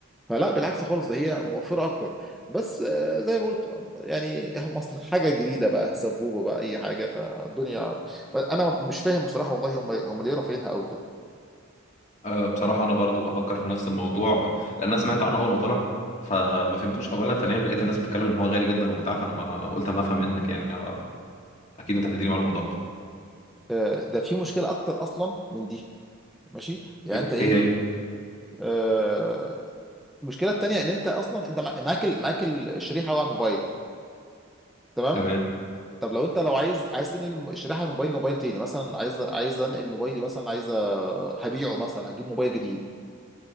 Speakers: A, in the centre; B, on the left.
A: فلا بالعكس خالص ده هي موفرة أكتر بس آه، زي ما قلت يعني مصل حاجة جديدة بقى سبوبة بقى أي حاجة فالدنيا أنا مش فاهم بصراحة والله هم هم ليه رافعينها قوي كده
B: آه، بصراحة أنا برضو بفكر في نفس الموضوع لأن أنا سمعت عنه أول ما طلع فما فهمتوش أولا ثانيا لقيت الناس بتتكلم إن هو غالي جدا وبتاع فأنا ما قلت أما أفهم منك يعني آه، أكيد أنت هتديني معلومة أدق
A: آه، ده في مشكلة أكتر أصلا من دي ماشي يعني
B: ايه
A: أنت إيه
B: إيه هي
A: آه، المشكلة التانية إن أنت أصلا أنت مع- معاك ال- معاك الشريحة على الموبايل تمام
B: تمام
A: طب لو انت لو عايز عايز تنقل الم- الشريحه من موبايل لموبايل تاني مثلا عايز عايز انقل موبايلي مثلا عايز آه، هبيعه مثلا هجيب موبايل جديد